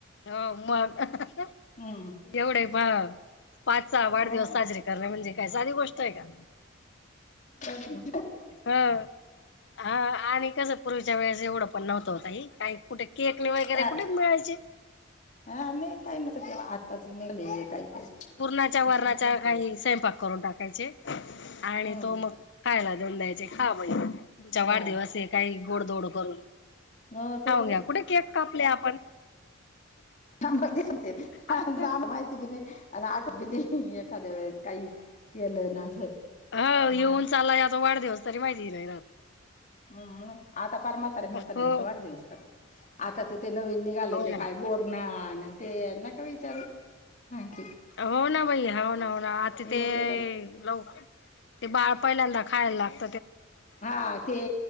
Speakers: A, on the left; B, on the left.
A: हो मग,
B: हम्म
A: एवढे पा पाच, सहा वाढदिवस
B: हा
A: साजरे करणे म्हणजे काय साधी गोष्ट आहे का?
B: होच ना.
A: हं हा आणि कस पूर्वीच्या वेळेस, एवढं पण नव्हतं हो ताई कुठे केक वगैरे
B: हा
A: कुठे मिळायचे?
B: हा नाही, काही नव्हतं तेव्हा. आत्ताच निघले काही काही
A: पुरणाच्या, वरणाच्या काही स्वयंपाक करून टाकायचे. आणि
B: हम्म
A: तो मग खायला देऊन द्यायचे, खा बाई. तुझा वाढदिवसये.
B: हा
A: काही गोडदोड करून
B: हो तेच
A: खऊन घ्या,
B: ना
A: कुठे केक कापले आपण?
B: <unintelligible>
A: हो
B: माहिती बी नाही. मला आठवतं बी नाही, एखाद्या वेळेस काही केलं ना असं.
A: ह येऊन चालाय आता वाढदिवस तरी, माहिती नाही रात.
B: हम्म, आता पार म्हातारे म्हाताऱ्यांचा
A: हो
B: वाढदिवस कर आता तर ते नवीन निघाले,
A: हो
B: ते
A: ना
B: काय बोरंन्हानं आणि ते नका विचारू आणखी.
A: हो ना, बाई हो ना, हो ना. आता ते
B: एक एकच
A: लवकर ते बाळ पहिल्यांदा खायला लाग
B: हा ते